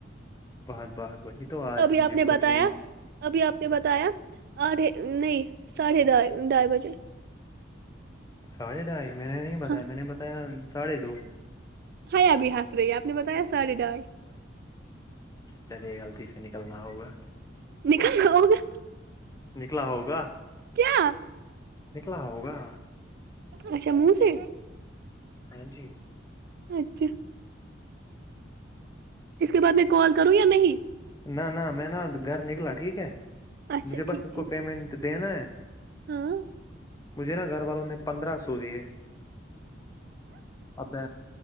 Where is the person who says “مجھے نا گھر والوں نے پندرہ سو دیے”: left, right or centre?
Left